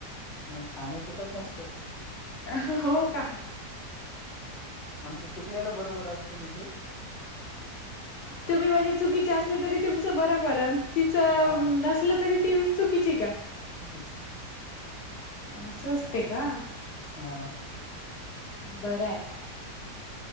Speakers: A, in the centre; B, on the left.
A: नाही आम्ही चुकत नसतो.
B: अं.. हो का.
A: आमचं चुकलेला बरोबर असते. <unintelligible>
B: तुम्ही म्हणजे चुकीचे असले, तरी तुमचं बरोबरण. तिचं
A: हा
B: नसलं तरी, ती चुकीची का.
A: चुकीची
B: असं असते का.
A: हां..
B: बरायं.